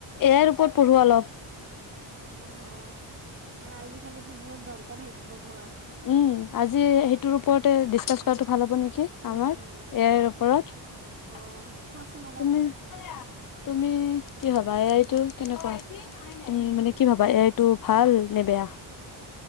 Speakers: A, on the left; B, on the right.
A: এই আই ওপৰত পঢ়োৱা অলপ
B: অ অ নাই আজিকালিটো বহুত দৰ কাৰণেই এইটো পঢ়োৱা
A: উম আজি সেইটোৰ ওপৰতে ডিচকাচ কৰাটো ভাল হ'ব নে কি
B: উম
A: আমাৰ
B: উম
A: এ আইৰ ওপৰত
B: অ
A: তুমি
B: কোৱাচোন অলপ
A: তুমি কি ভাবা এ আইটো কেনেকোৱা তুমি মানে কি ভাবা এ আইটো ভাল নে বেয়া